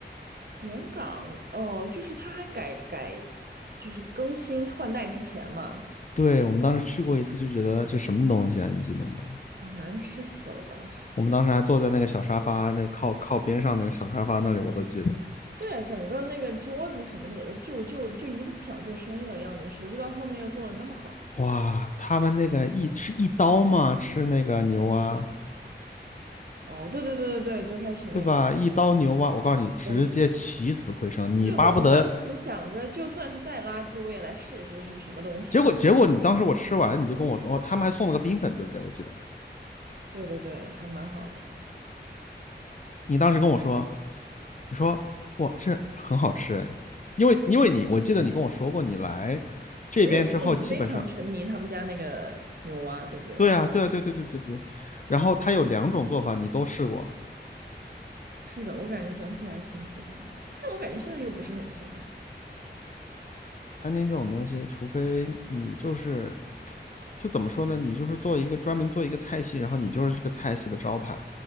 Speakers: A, on the right; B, on the left.
A: 原港哦，就是它还改改，就是更新换代之前嘛，
B: 对，我们当时去过一次，就觉得这什么东西啊？你记得吗？
A: 哇，难吃死了，当时。
B: 我们当时还坐在那个小沙发，那个靠靠边上那个小沙发那里，我都记得。
A: 对啊，整个那个桌子什么的也都旧旧的，就一副不想做生意的样子。谁知道后面又做的那么好？
B: 哇，他们那个一是一刀吗？吃那个牛蛙，
A: 哦，对对对对对，最开始那个，
B: 对吧？一刀牛蛙，我告诉你，直接起死回生，
A: 我们
B: 你巴不得。
A: 对，我们当时想着，就算是再垃圾，我也来试一试是个什么东西。
B: 结果结果你当时我吃完，你就跟我说，哦，他们还送了个冰粉，对不对？我记得
A: 对对对，还蛮好的。
B: 你当时跟我说，你说哇，这很好吃哎，因为因为你我记得你跟我说过，你来这边之后，
A: 我有一阵子非常沉迷他们家那个牛蛙，
B: 基本上
A: 对不对？
B: 对啊，对啊，对对对对对。然后它有两种做法，你都试过了。
A: 是的，我感觉整体还是挺喜欢的，但我感觉现在又不是很行了。
B: 餐厅这种东西，除非你就是，就怎么说呢？你就是做一个专门做一个菜系，然后你就是这个菜系的招牌。